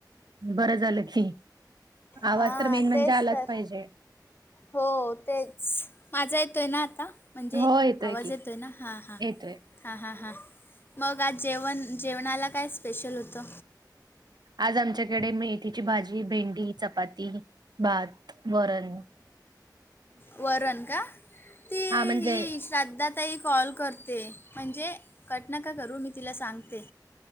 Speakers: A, on the right; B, on the left.
A: बरं झालं की आवाज
B: हां
A: तर मेन म्हणजे
B: तेच
A: आलाच
B: तर
A: पाहिजे.
B: हो तेच माझा येतो आहे ना आता. म्हणजे
A: हो
B: आवाज
A: की
B: येतोय ना हां हां.
A: येतोय
B: हां हां हां मंग आंज जेवणं जेवणांलां कायं स्पेशलं होतं.
A: आंज आमच्यांकडे मेथीची भांजी भेंडी चपांती भात वरणं.
B: वरणं का ती
A: हा म्हणजे
B: ही श्राद्धांत आतांही कॉल करतें म्हणजे कंटनकां करूं मी तिलां सांगते.